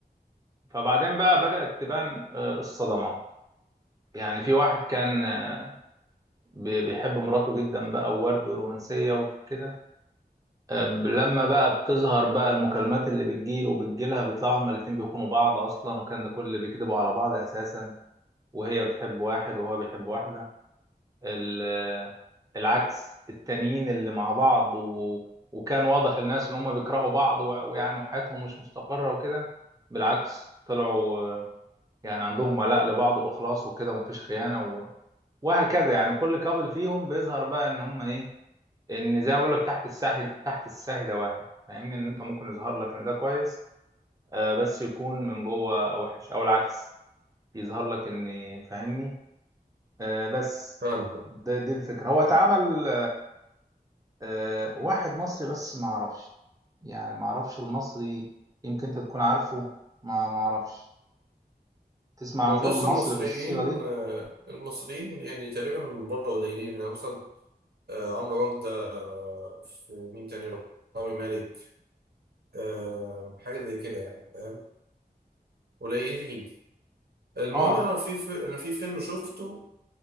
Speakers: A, on the right; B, on the right.
A: فبعدين بقى بدأت تبان آه، الصدمات يعني في واحد كان آه، بي- بيحب مراته جدا بقى وورد ورومانسية وكده آه، لما بقى بتظهر بقى المكالمات اللي بتجيله وبتجيلها بيطلعوا هما الاتنين بيخونوا بعض أصلا وكان ده كل اللي بيكذبوا على بعض أساسا وهي بتحب واحد وهو بيحب واحدة ال- آه، العكس التانيين اللي مع بعض و... وكان واضح للناس إن هما بيكرهوا بعض و... ويعني وحياتهم مش مستقرة وكده بالعكس طلعوا آه، يعني عندهم ولاء لبعض واخلاص وكده ومفيش خيانه و... وهكذا يعني كل كابل فيهم بيظهر بقى ان هم ايه ان زي ما بقول لك تحت الساحي تحت الساهي دواهي فاهمني ان انت ممكن يظهر لك ان ده كويس آه بس يكون من جوه وحش او العكس يظهر لك ان فاهمني آه بس
B: فاهم
A: ده دي الفكره هو اتعمل آه واحد مصري بس ما اعرفش يعني ما اعرفش المصري يمكن انت تكون عارفه ما ما اعرفش تسمع عن
B: ما
A: فيلم
B: بص المصريين
A: مصري بالصيغه دي
B: آه، المصريين يعني تقريبا من بره قليلين يعني مثلا آه، عمرو وردة آه، في مين تاني رامي مالك آه، حاجة زي كده يعني فاهم قليلين المهم
A: اه
B: أنا في في- أنا في فيلم شفته